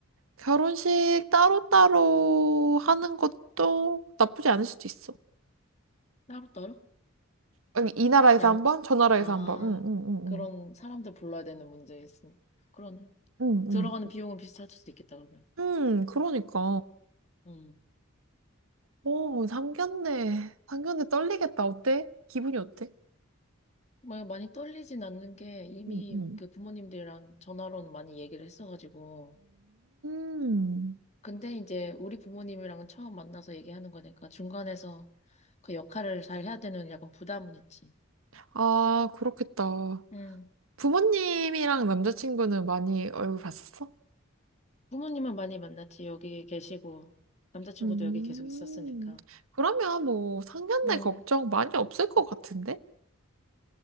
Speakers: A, on the right; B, on the left.
A: 결혼식 따로따로 하는 것도 나쁘지 않을 수도 있어.
B: 따로따로?
A: 아니, 이 나라에서
B: 양,
A: 한 번, 저 나라에서
B: 아,
A: 한 번. 응, 응, 응,
B: 그런
A: 응.
B: 사람들 불러야 되는 문제 있음. 그러네.
A: 응,
B: 들어가는 비용은 비슷할 수도 있겠다, 그러면.
A: 응. 응, 그러니까.
B: 음.
A: 오, 상견례. 상견례 떨리겠다. 어때? 기분이 어때?
B: 뭐, 많이 떨리진 않는 게 이미
A: 응응.
B: 그 부모님들이랑 전화로는 많이 얘기를 했어가지고,
A: 음.
B: 근데 이제 우리 부모님이랑은 처음 만나서 얘기하는 거니까 중간에서 그 역할을 잘 해야 되는 약간 부담은 있지.
A: 아, 그렇겠다.
B: 음.
A: 부모님이랑 남자친구는 많이 얼굴 봤었어?
B: 부모님은 많이 만났지. 여기 계시고 남자친구도
A: 음,
B: 여기 계속 있었으니까.
A: 그러면 뭐 상견례
B: 응.
A: 걱정 많이 없을 것 같은데?